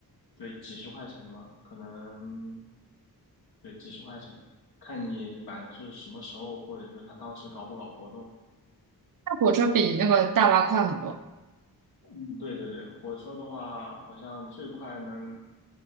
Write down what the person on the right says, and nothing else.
那火车比那个大巴快很多。